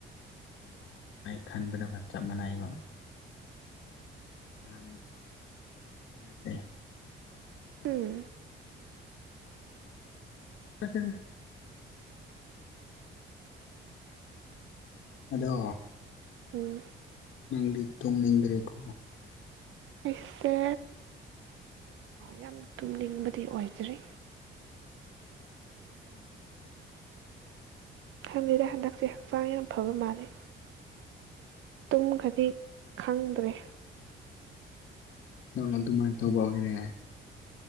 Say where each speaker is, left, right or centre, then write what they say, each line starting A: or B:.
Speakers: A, on the left; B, on the right.
A: ꯑꯣ ꯑꯩ ꯈꯟꯕꯗꯒ ꯆꯞ ꯃꯥꯟꯅꯩꯕ ꯅꯥꯟ ꯅꯠꯇꯦ ꯑꯁ
B: ꯎꯝ
A: ꯐ ꯑꯗꯣ
B: ꯎꯝ
A: ꯅꯪꯗꯤ ꯇꯨꯝꯅꯤꯡꯗ꯭ꯔꯦꯀꯣ
B: ꯑꯁꯦ ꯌꯥꯝ ꯇꯨꯝꯅꯤꯡꯕꯗꯤ ꯑꯣꯏꯖꯔꯤ
A: ꯎꯝ
B: ꯈꯕꯤꯗ ꯍꯟꯗꯛꯁꯦ ꯍꯛꯆꯥꯡ ꯌꯥꯝ ꯐꯕ ꯃꯥꯂꯦ ꯇꯨꯝ ꯈꯗꯤ ꯈꯪꯗ꯭ꯔꯦ
A: ꯅꯧꯅ ꯑꯗꯨꯃꯥꯏꯅ ꯇꯧꯕ ꯑꯣꯏꯔꯦ